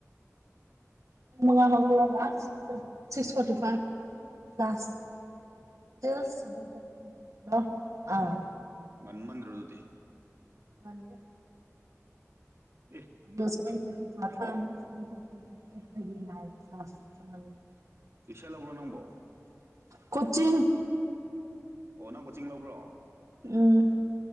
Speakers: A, on the right; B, on the right.
A: ꯄꯨꯡ ꯃꯉꯥ ꯍꯧꯒꯠꯂꯒ ꯁꯤꯛꯁ ꯐꯣꯔꯔꯇꯤ ꯐꯥꯏꯚ ꯀ꯭ꯂꯥꯁ ꯂ ꯑ <inaudible>
B: ꯉꯥꯟ ꯃꯟꯗꯔꯣ ꯑꯗꯨꯗꯤ
A: ꯉꯥꯟꯗꯦ
B: ꯑꯦ
A: ꯑꯗꯨ ꯊꯔ ꯆꯣꯊꯥ ꯑꯃꯅꯤ ꯊ
B: ꯇꯨꯏꯁꯟ ꯂꯧꯕ꯭ꯔꯣ
A: <inaudible>
B: ꯅꯪꯕꯣ
A: ꯀꯣꯆꯤꯡ
B: ꯑꯣ ꯅꯪ ꯀꯣꯆꯤꯡ ꯂꯧꯕ꯭ꯔꯣ
A: ꯎꯝ